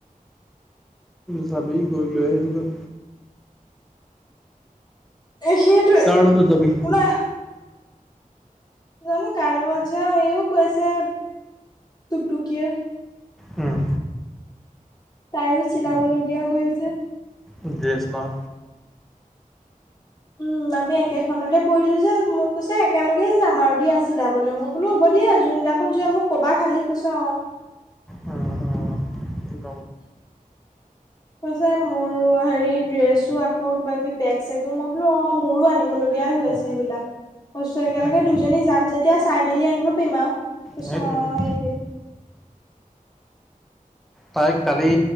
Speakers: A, in the centre; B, on the left (about 30°).
A: যাবি গৈ গৈ লৈ আহিবিগৈ।
B: এই সেইটোৱে
A: কাৰ লগত যাবি
B: কোনে। জানো কাৰ লগত যাওঁ এইও কৈছে টুকটুকিয়ে।
A: উম।
B: তাইও চিলাবলগীয়া হৈ আছে।
A: ড্ৰেছ ন।
B: উম, আমি একেখনতে পৰিলো যে মোক কৈছে একেলগে যাম আৰু দিয়া ছিলা বলে মোক বোলো হ'ব দিয়া যোনদিনাখন যোৱা মোক কবা খালি কৈছ অ'।
A: অ'- অ'।
B: কৈছে মোৰ হেৰিত ড্ৰেছো আকৌ কিবা কিবি বেগ চেগো মই বোলো অ' মোৰো আনিবলগীয়াই হৈ আছে সেইবিলাক। বস্তু একেলগে
A: উম,
B: দুজনী যাম যেতিয়া চাই মেলি আনিব পাৰিম আৰু। কৈছোঁ
A: সেইটোৱে
B: অ'
A: সেইটোৱে
B: সেইটোই।
A: তাইক কালি